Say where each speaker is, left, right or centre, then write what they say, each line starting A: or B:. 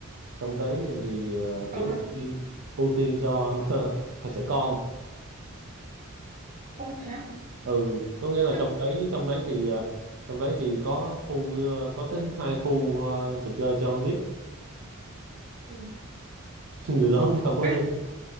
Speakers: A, on the right; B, on the right.
A: Trong đấy thì ờ,
B: Không
A: chỉ ưu
B: á?
A: tiên, ưu tiên cho <laughs> trẻ con.
B: Không thế á?
A: Ừ, có nghĩa là
B: Chắc
A: trong đấy trong đấy thì ờ, trong đấy thì có khu ờ, có đến hai khu ờ, trò chơi cho con nít.
B: ừ.
A: <laughs> Người lớn thì không có
B: khách
A: gì.